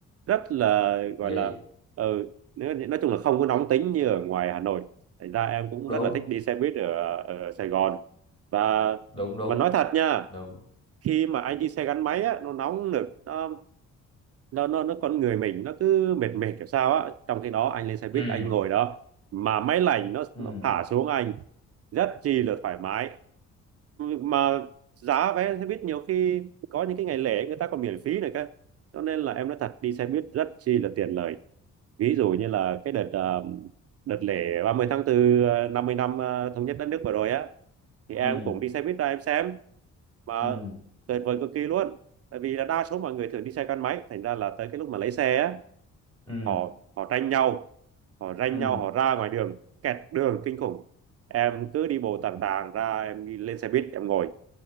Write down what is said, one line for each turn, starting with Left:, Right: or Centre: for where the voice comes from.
Right: rất là
Left: vậy
Right: gọi là ờ, nếu- nói chung là không có nóng tính như ở ngoài Hà Nội thành ra em cũng
Left: đúng
Right: rất là thích đi xe buýt ở, ở Sài Gòn và
Left: đúng đúng
Right: và nói thật nha
Left: đúng
Right: khi mà anh đi xe gắn máy á nó nóng nực nó nó nó nó con người mình nó cứ mệt mệt kiểu sao á trong khi đó anh lên xe buýt
Left: ừ
Right: anh ngồi đó mà máy lạnh nó,
Left: ừ
Right: nó thả xuống anh rất chi là thoải mái mà giá vé xe buýt nhiều khi có những cái ngày lễ người ta còn miễn phí này cơ cho nên là em nói thật đi xe buýt rất chi là tiện lợi ví dụ như là cái đợt ờ, đợt lễ ba mươi tháng 4 ờ, 50 năm ờ, thống nhất đất nước vừa rồi á thì em
Left: ừ
Right: cũng đi xe buýt ra em xem mà
Left: ừ
Right: tuyệt vời cực kỳ luôn tại vì là đa số mọi người thường đi xe gắn máy thành ra là tới cái lúc mà lấy xe á
Left: ừ
Right: họ họ tranh nhau họ ranh
Left: ừ
Right: nhau họ ra ngoài đường kẹt đường kinh khủng em cứ đi bộ tàn tàn ra em đi lên xe buýt em ngồi